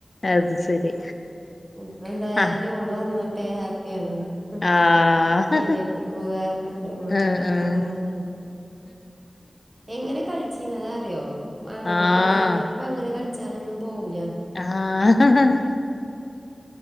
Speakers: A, on the left; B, on the right.
A: അത് ശരി
B: ഇപ്പ എന്തായാലും
A: ആഹ്
B: ഓള് വന്നട്ടെ ഹാപ്പി ആണ് ഉ
A: ആഹ്
B: എന്റെത്തിക്കോ കാരണംണ്ട് ഓള
A: ആഹ്
B: രണ്ടാളും അങ്ങനെ നടക്കും എങ്ങനെ കഴിച്ചിന്നത അറിയോ ആണുങ്ങളെ
A: ആഹ്
B: പിന്നാലെ
A: ആഹ്
B: ഇപ്പൊ അങ്ങനെ കളിച്ചാനൊന്നും പോവുല്ല
A: ആഹ്